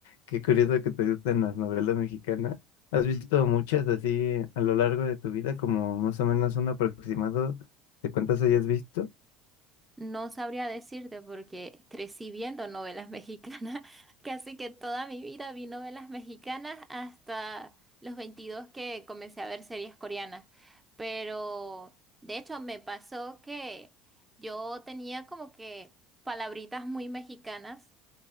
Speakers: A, on the left; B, on the right.
A: Qué curioso que te gusten las novelas mexicanas. ¿Has visto muchas así a lo largo de tu vida, como más o menos un aproximado de cuántas hayas visto?
B: No sabría decirte porque crecí viendo novelas mexicanas. <laughs> Casi que toda mi vida vi novelas mexicanas hasta los 22 que comencé a ver series coreanas. Pero de hecho me pasó que yo tenía como que palabritas muy mexicanas